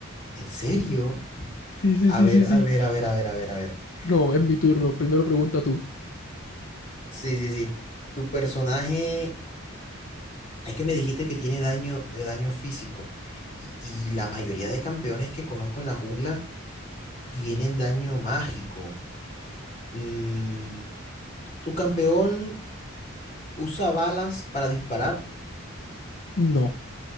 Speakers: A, on the left; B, on the left.
A: ¿En serio?
B: Sí, sí,
A: A
B: sí,
A: ver,
B: sí,
A: a
B: sí.
A: ver, a ver, a ver, a ver, a ver.
B: No, es mi turno.
A: Mm,
B: Primero pregunta tú.
A: Sí, sí, sí. Tu personaje Es que me dijiste que tiene daño de daño físico y, y la mayoría de campeones que conozco en la jungla tienen daño mágico. Mm, ¿tu campeón usa balas para disparar?
B: No.